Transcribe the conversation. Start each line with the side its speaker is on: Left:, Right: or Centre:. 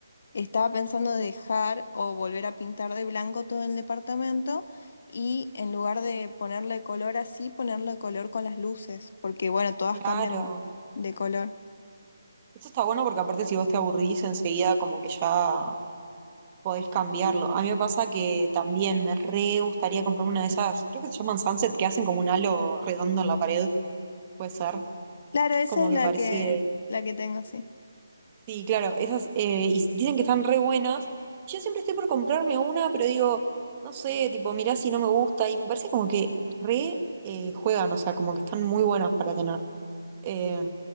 Left: estaba pensando dejar o volver a pintar de blanco todo el departamento. Y en lugar de ponerle color así, ponerle color con las luces, porque bueno, todas
Right: Claro.
Left: cambian de color.
Right: Esto está bueno porque aparte si vos te aburrís enseguida como que ya podés cambiarlo. A mí me pasa que también me re gustaría comprarme una de esas, creo que se llaman Sunset, que hacen como un halo redondo en la pared, puede ser,
Left: Claro,
Right: que
Left: esa
Right: es como
Left: es
Right: que
Left: la
Right: parece
Left: que, la que tengo, sí.
Right: Sí, claro, esas eh, y s- dicen que están re buenas. Yo siempre estoy por comprarme una, pero digo, no sé, tipo, mirá si no me gusta. Y me parece como que re eh, juegan, o sea, como que están muy buenas para tener. Eh,